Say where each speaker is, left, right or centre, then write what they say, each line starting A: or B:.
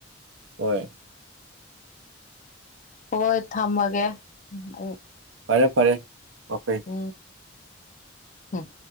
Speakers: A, on the right; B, on the left.
A: ꯍꯣꯏ
B: ꯍꯣꯏ ꯊꯝꯃꯒꯦ ꯎ
A: ꯐꯔꯦ ꯐꯔꯦ ꯃꯐꯩ
B: ꯎ ꯍꯝ